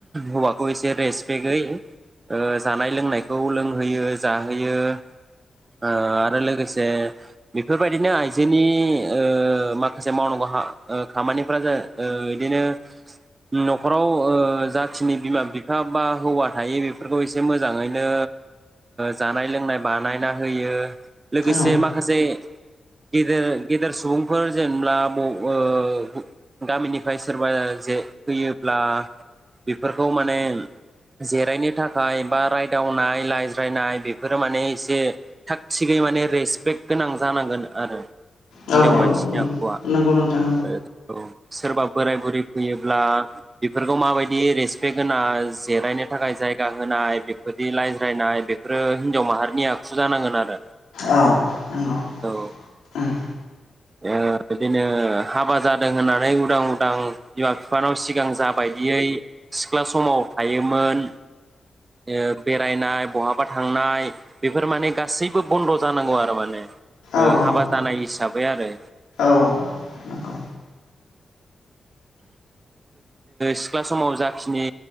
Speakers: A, on the right; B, on the left.
A: हौवाखौ एसे रेसपेक्टै ओ जानाय लोंनायखौ लोंहोयो जाहोयो। ओ आरो लोगोसे, बेफोरबायदिनो आइजोनि ओ माखासे मावनांगौ हा ओ खामानिफोरा जा ओ इदिनो, नखराव ओ जाखिनि बिमा बिफा बा हौवा थायो बेफोरखौ एसे मोजाङैनो जानाय लोंनाय। बानायना होयो। लोगोसे
B: औ
A: माखासे गेदेर गेदेर सुबुंफोर जेनेब्ला म ओ गामिनिफ्राय सोरबा जे फैयोब्ला बेफोरखौ माने जिरायनो थाखाय बा रायदावनाय रायज्रायनाय बेफोरो माने। एसे थाग थिगै माने रेसपेक्ट गोनां जानांगोन आरो। हिनजाव
B: औ औ
A: मानसिनि आखुवा
B: नंगौ नोंथां
A: <unintelligible> सोरबा बोराय बुरै फैयोब्ला बेफोरखौ माबायदि रेसपेक्ट होना जिरायनो थाखाय जायगा होनाय बेफोरदि रायज्रायनाय बेफोरो हिनजाव माहारि। नि आखु जानांगोन आरो
B: औ नंगौ
A: औ
B: उम
A: ओ बिदिनो हाबा जादों होननानै उदां उदां बिमा बिफानाव सिगां जाबायदियै सिख्ला समाव थायोमोन ओ बेरायनाय बहाबा थांनाय। बेफोर माने गासैबो बन्द जानांगौ आरो माने,
B: औ
A: ओ
B: औ
A: हाबा जानाय हिसाबै आरो।
B: औ नंगौ
A: सिख्ला समाव जाखिनि